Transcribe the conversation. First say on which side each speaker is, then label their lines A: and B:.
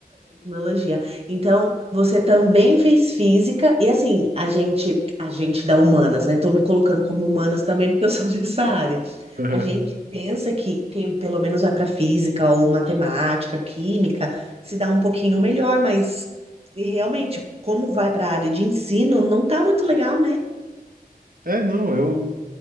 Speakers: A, on the right; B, on the right.
A: Tecnologia. Então, você também fez física, e assim, a gente, a gente da humanas, né? Tô me colocando como humanas também, porque eu <laughs> sou dessa área.
B: Aham.
A: A gente pensa que quem pelo menos vai para física ou matemática, química, se dá um pouquinho melhor, mas e realmente, como vai para a área de ensino, não tá muito legal, né?
B: É, não, eu